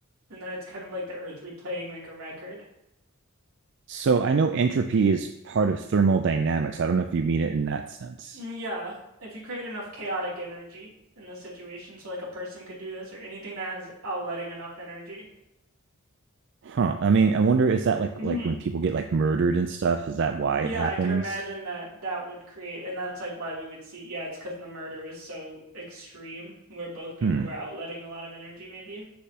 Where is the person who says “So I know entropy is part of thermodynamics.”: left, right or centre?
Right